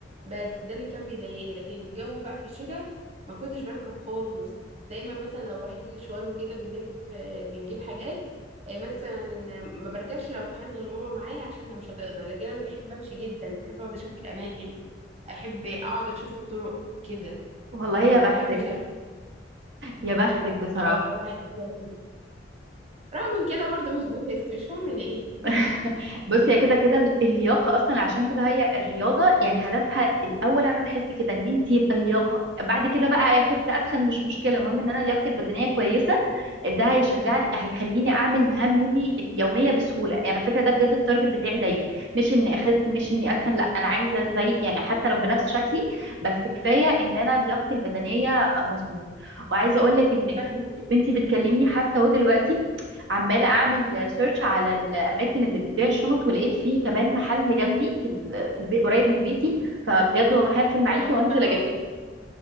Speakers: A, on the right; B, on the right.
A: بس ده اللي كان بيضايقني لكن الجو بقى في الشتاء ما كنتش بركب خالص دايما مثلا لو رايحين مشوار وكده بنلف آه، بنجيب حاجات آه، مثلا ما بركبش لو في حالة غير ماما معايا عشان مش هتقدر لكن انا بحب امشي جدا بحب اقعد اشوف الاماكن احب اقعد اشوف الطرق كده
B: والله يا
A: ما
B: بختك
A: احبش أركب.
B: يا بختك بصراحة
A: اه صراحة هي حاجة لذيذة. رغم من كده برضه مش بحس مش فاهمة ليه <laughs>
B: <laughs> بصي هي كده كده ال- اللياقة أصلا عشان كده هي الرياضة يعني هدفها الأول أنا بحس كده إن أنت يبقى اللياقة بعد كده بقى أخس أتخن مش مشكلة المهم إن أنا لياقتي البدنية كويسة ده هيشجعني هيخليني أعمل مهام يومي اليومية بسهولة يعني على فكرة ده بجد التارجت بتاعي دايما مش إني أخس مش إني أتخن لا أنا عايزة زي يعني حتى لو بنفس شكلي بس كفاية إن أنا لياقتي البدنية مظبوطة وعايزة أقول لك إن
A: فعلا
B: أنت بتكلميني حتى ودلوقتي عماله اعمل سيرش على الاماكن اللي بتبيع الشنط ولقيت فيه كمان محل جنبي في ال- في البيت قريب من بيتي فبجد والله هقفل معاكي
A: خلاص
B: وانزل
A: بقى
B: اجيبها
A: معاك